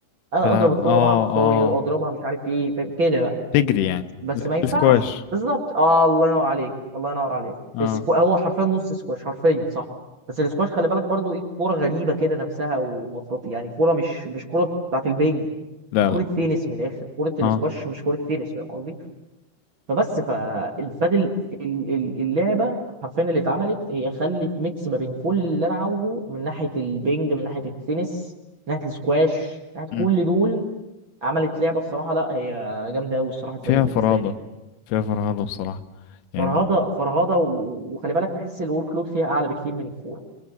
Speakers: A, on the right; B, on the left.
A: انا
B: تلعب
A: اضرب الكوره
B: اه
A: بقى على الطاير
B: اه
A: اضربها مش عارف ايه فاهم؟ كده بقى
B: تجري يعني
A: بس ما ينفعش
B: سكواش
A: بالظبط آه الله ينور عليك الله ينور عليك
B: اه
A: السكو... هو حرفيا نص سكواش حرفيا صح بس السكواش خلي بالك برضو ايه كوره غريبه كده نفسها ومفروض يعني كوره مش مش كوره بتاعت البينج
B: لا
A: مش كوره
B: لا
A: تنس من الاخر كوره السكواش
B: اه
A: مش كوره تنس فاهم قصدي فبس فالبادل ال- ال- اللعبه حرفيا اللي اتعملت هي خلت ميكس ما بين كل اللي انا عاوزه من ناحيه البنج من ناحيه التنس من ناحيه السكواش من ناحيه
B: امم
A: كل دول عملت لعبه الصراحه لا هي جامده قوي الصراحه البادل
B: فيها
A: بالنسبه
B: فرهضة
A: لي يعني.
B: فيها فرهضة بصراحة يعني
A: فرهضه فرهضه و- وخلي بالك تحس الورك لود فيها اعلى بكتير من الكوره